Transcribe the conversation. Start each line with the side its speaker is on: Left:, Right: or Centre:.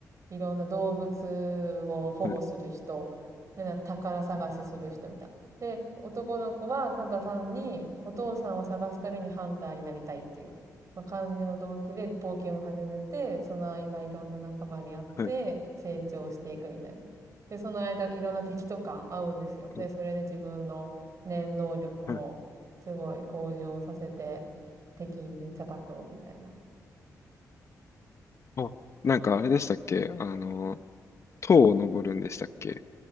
Right: いろんな動物を保護する人、
Left: はい、
Right: で、なんか宝探しする人みたいな。で、男の子はただ単にお父さんを探すためにハンターになりたいっていう。まあ、感じの動機で冒険を始めて、その間いろんな仲間に会って成長していくみたいな。
Left: は
Right: で、その間いろんな敵とか会うんですよ。
Left: い。
Right: で、それで自分の念能力もすごい向上させて敵に叩こうみたいな。
Left: はいあ、なんかあれでしたっけあの、塔を登るんでしたっけ